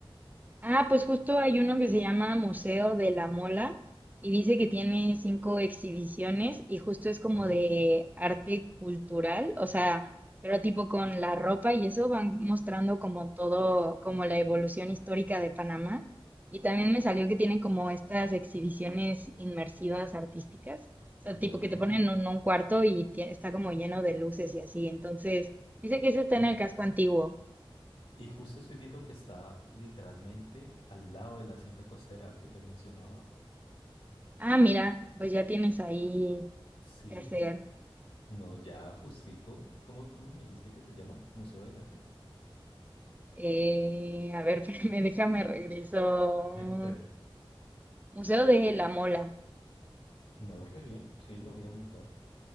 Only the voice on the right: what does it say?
Ah, pues justo hay uno que se llama Museo de la Mola y dice que tiene cinco exhibiciones y justo es como
de arte cultural, o sea, pero tipo con la ropa y eso van mostrando como todo, como la evolución histórica de Panamá. Y también me salió que tienen como estas exhibiciones inmersivas artísticas, o sea,
tipo que te ponen en un un cuarto y tie- está como lleno de luces y así. Entonces, dice que ese está
en el casco antiguo.
Ah, mira, pues ya tienes ahí
qué hacer.
Eh, a ver, <laughs> me déjame regreso.
Museo de la Mola.